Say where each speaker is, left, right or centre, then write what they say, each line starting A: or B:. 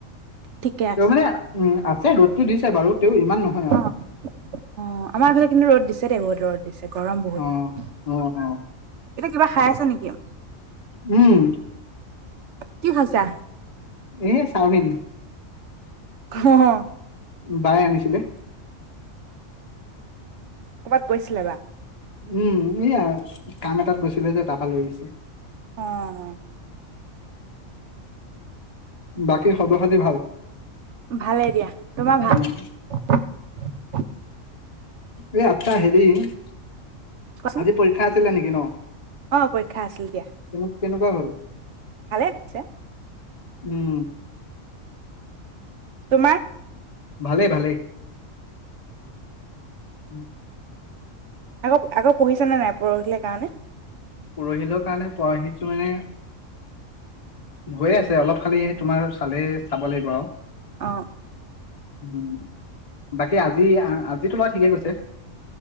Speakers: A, on the right; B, on the left.
A: ঠিকে
B: তেওঁ
A: আছে
B: মানে উম যে ৰ'দতটো দিছে বাৰু তেওঁ ইমান নহয় আৰু
A: অ অ আমাৰ আফালে কিন্তু ৰ'দ দিছে দেেই বহুত ৰ'দ দিছে গৰম বহুত
B: অ অ অ
A: কিবা খাই আছে নেকি?
B: উম
A: কি খাইছা।
B: এ চামিন।
A: হ হ
B: বাই আনিছিলে?
A: কৰ'ৰবাত গৈছিলে বা।
B: উম ইয়া কাম এটাত গৈছিলে যে তাপ লৈ আহিছো।
A: আহ
B: বাকী সৰ্বখাতী ভাল।
A: ভালেই দিয়া তোমাৰ ভাল।
B: উম এ আচ্ছা হেৰি আজি
A: কোৱাচোন
B: পৰীক্ষাত। আছিলে নেকি ন
A: অ পৰিক্ষা আছিল দিয়া।
B: কেনে কেনেকুৱা হ'ল।
A: ভালে আছে।
B: উম
A: তোমাৰ
B: ভালেই ভালেই উম
A: আকৌ আকৌ পঢ়িছ নে নাই পৰহিলে কাৰণে
B: পৰহিলৰ কাৰণে পো আহিছো মানে হৈয়ে আছে অলপ খালি তোমাৰ চালে চাব লাগিব আওঁ
A: অ
B: মম বাকী আজি যি তোমাৰ ঠিকে কৈছে।